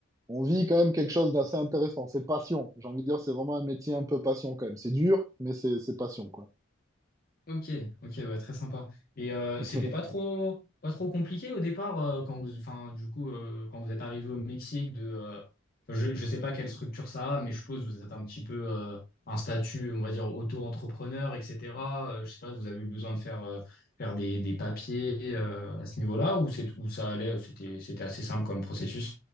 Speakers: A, on the right; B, on the left.
A: on vit quand même quelque chose d'assez intéressant. C'est passion. J'ai envie de dire, c'est vraiment un métier un peu passion quand même. C'est dur, mais c'est c'est passion, quoi.
B: Ok, ok, ouais, très sympa. Et euh,
A: <laughs>
B: c'était pas trop, pas trop compliqué au départ euh, quand vous, enfin, du coup, euh, quand vous êtes arrivé au Mexique de, euh, je, je sais pas quelle structure ça a, mais je suppose que vous êtes un petit peu euh, un statut, on va dire, auto-entrepreneur, etc. Euh, je sais pas, vous avez eu besoin de faire, euh, faire des, des papiers euh, à ce niveau-là ou c'est, où ça allait, euh, c'était, c'était assez simple comme processus.